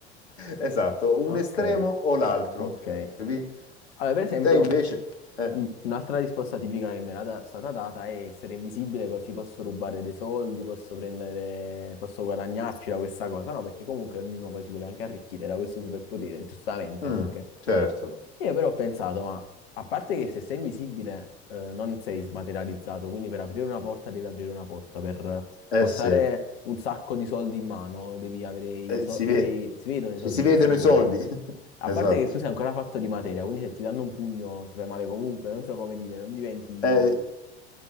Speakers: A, on the left; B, on the left.
A: Esatto, un
B: Ok,
A: estremo o l'altro,
B: ok.
A: capì?
B: Allora, per esempio.
A: Te invece... eh,
B: Un- Un'altra risposta tipica che mi era da- stata data è essere invisibile così posso rubare dei soldi, posso prendere, posso guadagnarci da questa cosa, no? Perché comunque ognuno poi si vuole anche arricchire da questo superpotere, giustamente
A: mm,
B: anche.
A: certo,
B: Io però ho pensato, ma a parte che se sei invisibile, eh, non sei smaterializzato, quindi per aprire una porta devi aprire una porta, per
A: eh
B: portare
A: sì,
B: un sacco di soldi in mano devi avere i
A: eh,
B: soldi,
A: si
B: cioè
A: ve-
B: si vedono i
A: ci
B: soldi
A: si vedono
B: che si muovono.
A: i soldi. <laughs>
B: A
A: Esatto.
B: parte che tu sei ancora fatto di materia, quindi se ti danno un pugno ti fai male comunque, non so come dire, non diventi...
A: Eh,